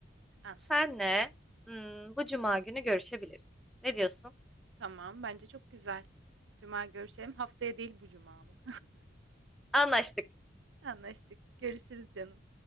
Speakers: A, on the right; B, in the centre.
A: Anlaştık.
B: Senle hmm, bu cuma günü görüşebiliriz. Ne diyorsun?
A: Tamam, bence çok güzel. Cuma görüşelim. Haftaya değil bu cuma mı?
B: Anlaştık.
A: <laughs> Anlaştık. Görüşürüz canım.